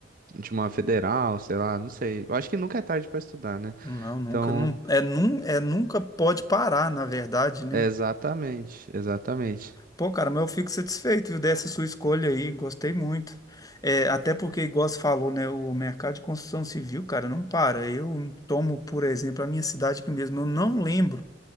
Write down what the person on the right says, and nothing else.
de uma federal, sei lá, não sei. Eu acho que nunca é tarde pra estudar, né?
Então,
é exatamente, exatamente.